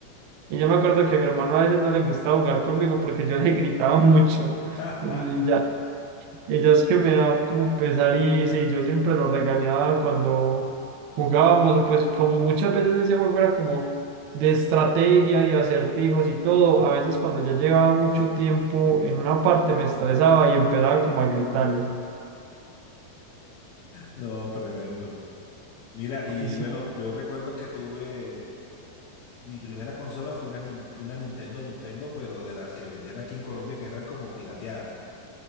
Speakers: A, on the right; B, on the left.
A: Y yo me acuerdo que a mi hermano a veces no le gustaba jugar conmigo porque yo le <laughs> gritaba mucho.
B: <laughs>
A: Y, y ya, y ya es que me da como pesar y sí, yo siempre lo regañaba cuando jugábamos. o Pues como muchas veces ese juego era como de estrategia y acertijos y todo, a veces cuando ya llevaba mucho tiempo en una parte me estresaba y empezaba como a gritarle.
B: No, tremendo. Mira, y
A: Así,
B: bueno, yo recuerdo que tuve. Mi primera consola fue una, nin- una Nintendo Nintendo, pero de las que vendían aquí en Colombia, que eran como pirateadas,